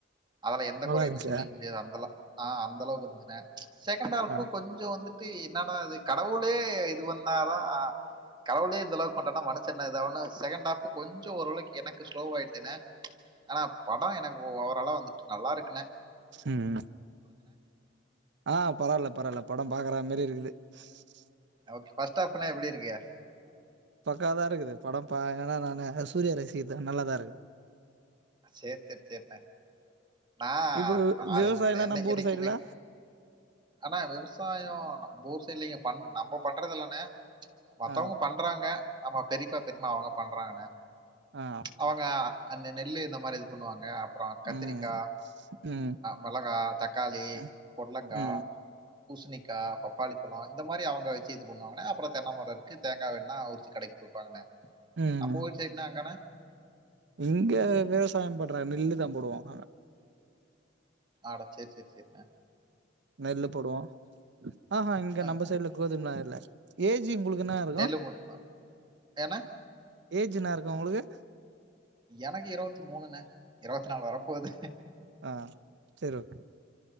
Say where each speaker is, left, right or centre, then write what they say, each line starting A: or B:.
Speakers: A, on the right; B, on the right.
A: அதுல எந்த
B: நல்லா
A: குறையுமே
B: இருந்துச்சா
A: சொல்லிக்க முடியாது அந்தெல்லா ஆஹ் அந்த அளவுக்கு இருந்துச்னே செகண்ட் ஆப்பு
B: ஆ
A: கொஞ்சம் வந்து என்னடா அது கடவுளே இது வந்தாத ஆ கடவுலயே இந்தளவுக்கு பண்ற மனுச என்ன எத ஒன்னு செகண்ட் ஆப் கொஞ்சம் ஓரளவுக்கு எனக்கு ஸ்லோவா ஆயிடுத்தன ஆனா படம் எனக்கு ஓரளவு வந்துடு நல்லா இருக்கு
B: உம் ஆஹ் பரவால பரவால படம் பாக்குற மாதிரி இருக்குது ச்சி
A: ஓகே ஃபர்ஸ்ட் ஆஃப்னா எப்படி இருக்க
B: பக்காவாதா இருக்கு படம் பா ஏனா நானு சூரிய ரசிகர்த்தன நல்லதா இருக்கு
A: சரி சரி சேரின்ன நா
B: இப்போ
A: அது
B: விவசாயல்லா
A: என் என்னை
B: நம்ப
A: என்னைக்குமே
B: ஊர் சைடுல
A: ஆனா விவசாயம் நம்ம ஊர் சைட்ல இங்க பண் நம்ம பண்றதுல்லன மத்தவங்க
B: ஆ
A: பண்றாங்க நம்ம பெரியப்பா பெரியமா அவங்க பண்றாங்கன்ன
B: ஆ
A: அவங்க அந்த நெல்லு இந்த மாதிரி இது பண்ணுவாங்க அப்புறம் கத்திரிக்க
B: ம் ம்
A: மிளகா தக்காளி
B: ம்
A: புடளங்கா
B: ம்
A: பூசணிக்காய் பப்பாளி பழம் இந்த மாதிரி அவங்க வச்சு இது பண்ணுவாங்கே அப்புறம் தென்னைமர இருக்கு தேங்கா வெட்டுனா உரிச்சு கடக்கி கொடுப்பாங்கனே
B: ம்
A: நம்ப ஊர் சைடுனா அங்கனா
B: இங்க விவசாயம் பண்றாங்க நெல்லு வந்துடும்
A: ஆட சரி சரி சரிண்ண
B: நெல்லு போடுவோம் ஆஹ்ஹ இங்க
A: அ
B: நம்ம சைடு்ல கோதும இல்ல ஏஜ் உங்களுக்கு என்ன இருக்கும்
A: நெல்லு மட்டும் தானா? ஏண்ணே?
B: ஏஜ் என்ன இருக்கு உங்களுக்கு
A: எனக்கு இருவத்தி மூனுனே இருவத்தி நாலு வர போகுது
B: ஆஹ் சரி ஓகே